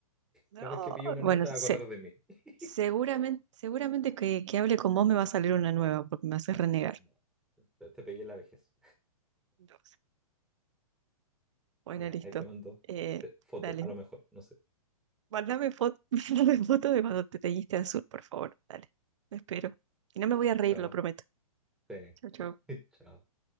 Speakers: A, on the right; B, in the centre.
A: No,
B: Cada vez que pillo una
A: bueno,
B: nueva te
A: se-
B: vas a acordar de mí. <laughs>
A: seguramente, seguramente que, que hable con vos me va a salir una nueva porque me haces renegar.
B: No, te, te pegué en la vejez.
A: No. Bueno,
B: Ya,
A: listo.
B: ahí te mando
A: Eh,
B: eh, foto,
A: dale,
B: a lo mejor, no sé.
A: mándame foto, <laughs> mándame foto de cuando te teñiste azul, por favor. Dale, lo espero. Y no me voy a reír,
B: Chao.
A: lo prometo.
B: Sí,
A: Chau, chau.
B: sí. <laughs> Chao.